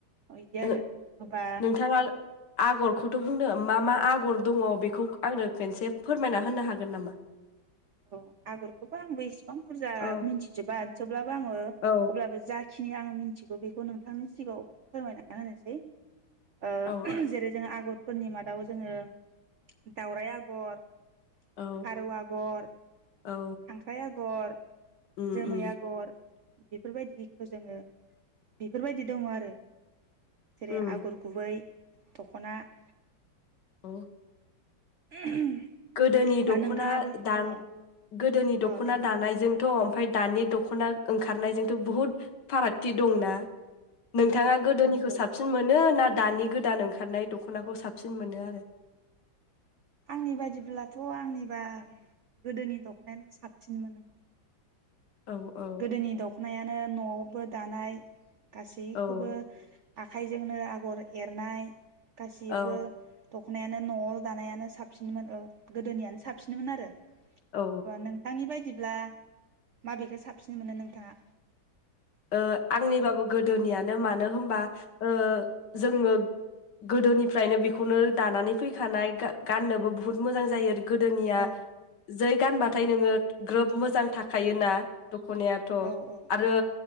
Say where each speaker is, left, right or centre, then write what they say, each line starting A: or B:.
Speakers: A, on the right; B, on the left.
A: बिदि आरो
B: ओ
A: होमबा
B: नोंथाङा आगरखौथ' बुंनो मा मा आगर दङ बेखौ आंनो खनसे फोरमायना होनो हागोन नामा?
A: औ आगरखौबो आंबो इसेबां बुरजा
B: औ
A: मिथिजोबा अब्लाबो आङो
B: औ
A: अब्लाबो जाखिनि खिनि आं मिथिगौ बेखौ नोंथांनि सिगाङाव फोरमायना होनोसै। ओ
B: औ
A: जेरै जों आगरफोरनि मादाव जोङो दावराइ आगर
B: औ
A: फारौ आगर
B: औ
A: खांख्राइ आगर
B: उम
A: जोमै
B: उम
A: आगर गे बेफोरबायदिखौ जोङो बेफोरबायदि दङ आरो जेरै
B: उम
A: आगर गुबै दख'ना <unintelligible>
B: औ
A: <unintelligible>
B: गोदोनि
A: दा
B: दख'ना
A: नोंथाङाबो
B: दान
A: औ
B: गोदोनि दख'ना
A: औ दे
B: दानायजों थ ओमफ्राय दानि दख'ना ओंखारनायजोंथ' बुहुद फारागथि दंना नोंथाङा
A: औ नोंथां
B: गोदोनिखौ
A: नंगौ
B: साबसिन मोनो ना दानि गोदान ओंखारनाय दख'नाखौ साबसिन मोनो आरो
A: आंनि बायिब्लाथ' आंनिबा गोदोनि दख'नायानो साबसिनमोन नोंथां
B: औ औ
A: गोदोनि दख'नायानो न'आव बो दानाय गासैखौबो
B: औ
A: आखाइजोंनो आगर एरनाय गासिबो
B: औ
A: द दख'नायानो न'आव दानायानो साबसिनमोन गोदोनियानो साबसिनमोन आरो अब्ला
B: औ
A: नोंथांनि बायदि ब्ला माबेखौ साबसिन मोनो नोंथाङा
B: ओआंनिबाबो गोदोनियानो मानो होनबा ओ जोङो गोदोनिफ्रायनो बेखौनो दानानै फैखानाय गाननोबो बु हुत मोजां जायो गोदोनिया
A: औ
B: जै गानबाथाय नोङो ग्रोब मोजां थाखायोना दख'नायाथ'
A: औ औ
B: आरो